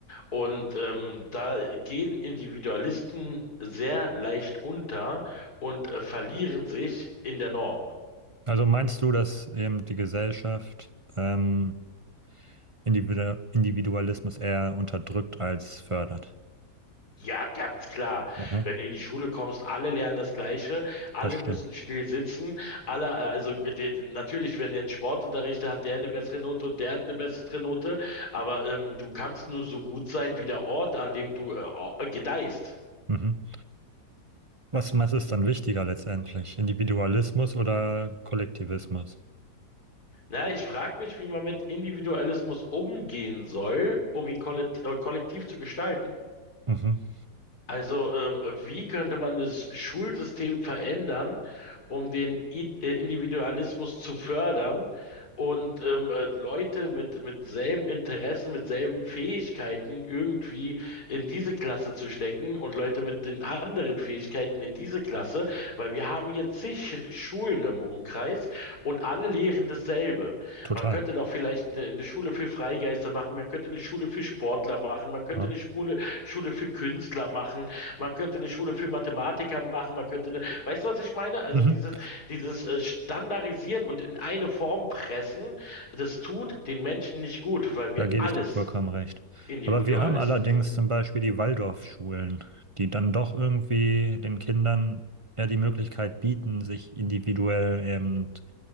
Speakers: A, on the left; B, on the right.
A: Und ähm, da gehen Individualisten sehr leicht unter und äh, verlieren sich in der Norm.
B: Also meinst du, dass eben die Gesellschaft ähm, Individu Individualismus eher unterdrückt als fördert?
A: Ja, ganz klar.
B: Aha,
A: Wenn du in die Schule kommst, alle lernen das Gleiche, alle
B: das stimmt.
A: müssen still sitzen, alle, äh, also de- de- natürlich, wenn jetzt Sportunterricht hat, der eine bessere Note und der hat eine bessere Note, aber ähm, du kannst nur so gut sein wie der Ort, an dem du äh, au- äh, gedeihst.
B: Mhm. Was, was ist dann wichtiger letztendlich? Individualismus oder Kollektivismus?
A: Na, ich frage mich, wie man mit Individualismus umgehen soll, um ihn kollektiv, äh, kollektiv zu gestalten.
B: Mhm.
A: Also, ähm, wie könnte man das Schulsystem verändern, um den I äh, Individualismus zu fördern und ähm, äh, Leute mit, mit selben Interessen, mit selben Fähigkeiten irgendwie in diese Klasse zu stecken und Leute mit den anderen Fähigkeiten in diese Klasse? Weil wir haben hier zig Schulen im Umkreis und alle lehren dasselbe.
B: Total.
A: Man könnte doch vielleicht äh, eine Schule für Freigeister machen, man könnte eine Schule für Sportler machen, man könnte
B: Ja.
A: eine Schule, Schule für Künstler machen, man könnte eine Schule für Mathematiker machen, man könnte eine, weißt du, was ich meine? Also
B: Mhm.
A: dieses, dieses äh, Standardisieren und in eine Form pressen, das tut den Menschen nicht gut, weil wir
B: Da gebe
A: alles
B: ich dir vollkommen recht.
A: Individualisten
B: Aber wir haben allerdings
A: sind.
B: zum Beispiel die Waldorfschulen, die dann doch irgendwie den Kindern eher die Möglichkeit bieten, sich individuell eben